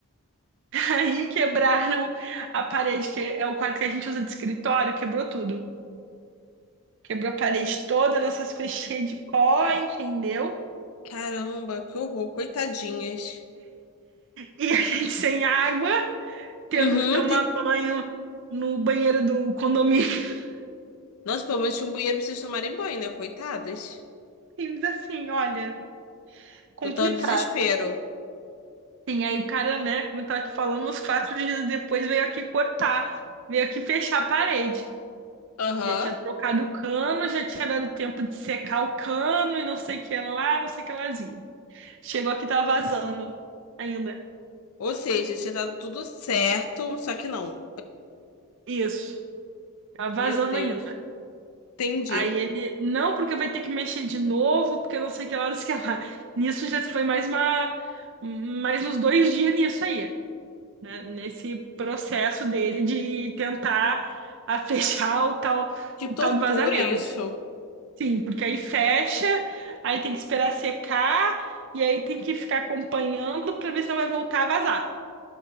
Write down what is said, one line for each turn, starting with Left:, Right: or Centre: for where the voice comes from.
Right: <laughs> Aí quebraram a parede, que é o quarto que a gente usa de escritório, quebrou tudo. Quebrou a parede toda, nossas coisas cheias de pó, entendeu?
Left: Caramba, que horror, coitadinhas.
Right: E a gente sem água. tendo
Left: Uhum,
Right: que tomar
Left: tem.
Right: banho no banheiro do condomínio. <laughs>
Left: Nossa, pelo menos tinha um banheiro pra vocês tomarem banho, né? Coitadas.
Right: Simples assim, olha, complicado.
Left: Total desespero.
Right: Sim, aí o cara, né, como eu tava te falando, uns quatro dias depois veio aqui cortar, veio aqui fechar a parede.
Left: Aham.
Right: Já tinha trocado o cano, já tinha dado tempo de secar o cano e não sei o que lá, não sei o que lázinho. Chegou aqui, tava vazando ainda.
Left: Ou seja, tinha dado tudo certo, só que não.
Right: Isso, tava vazando
Left: Meu Deus.
Right: ainda.
Left: Entendi.
Right: Aí ele, não, porque vai ter que mexer de novo, porque não sei que horas que é lá. Nisso já foi mais uma, mais uns dois dias nisso aí, né? Nesse processo dele de tentar <laughs> a fechar o tal,
Left: Que
Right: o
Left: tortura
Right: tal do vazamento.
Left: isso.
Right: Sim, porque aí fecha, aí tem que esperar secar, e aí tem que ficar acompanhando pra ver se não vai voltar a vazar.